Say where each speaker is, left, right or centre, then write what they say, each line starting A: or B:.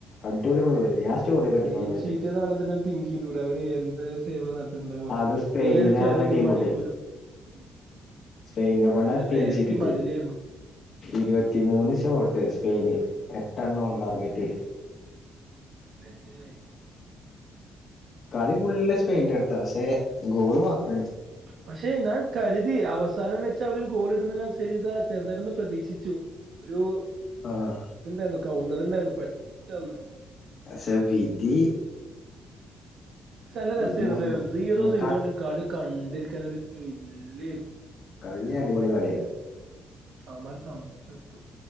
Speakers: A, on the left (about 60°); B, on the right (about 65°).
A: അടിപൊളി ഗോളി ഞാൻ സ്റ്റോറിയൊക്കിട്ടീനു
B: ക്ലീൻ
A: ഓനെ പറ്റി
B: ഷീറ്റ് എന്ന് പറഞ്ഞാൽ തന്നെ തിങ്ക് ചെയ്തൂടെ അവന് എന്തായാലും സേവ നടത്തിട്ടുണ്ടാവ
A: അത് സ്പെയിന്
B: ഏത് ചെറിയ
A: പറഞ്ഞ
B: ടീമാണെ
A: ടീമുണ്ട്
B: പോലും ഉം
A: സ്പെയിനെ
B: പിന്നെ
A: കൊണ്ട
B: അവരെ
A: ക്ലൻച്ച്
B: ബാക്കി
A: കിട്ടി
B: മതിലായിരുന്നു
A: ഇരുപത്തിമൂന്ന്
B: സത്യം
A: ഷോട്ട് സ്പെയിന് എട്ടണം ഉണ്ടാർഗെറ്റ്
B: അതെന്നെയാണ്
A: കളി ഫുൾ സ്പെയിന്റെടുത്ത പക്ഷെ ഗോള് മാത്ര
B: പക്ഷേ ഞാൻ കരുതി അവസാനം വെച്ച് അവരൊരു ഗോൾ ഇടുന്ന് ശരി ഇതാ ചെറുതായിട്ടൊന്ന് പ്രതീക്ഷിച്ചു ഒരു
A: ആഹ്
B: ഇതിണ്ടായിന്നു കൗണ്ട തുണ്ടായിന്ന് പെട്ടന്ന്
A: പക്ഷെ വിധി
B: പക്ഷെ നല്ല രസനുട്ടൊ
A: വിധിയാണ്
B: സീറോ
A: ഉം
B: സീറോയിൽ കളി കണ്ട ണ്ടിരിക്കാൻ ഒരു ത്രില്ലെനു
A: കളി അടിപൊളി കളെയ്നു
B: അവമ്മാരെ സമ്മയ്ച്ചൊട്ത്തു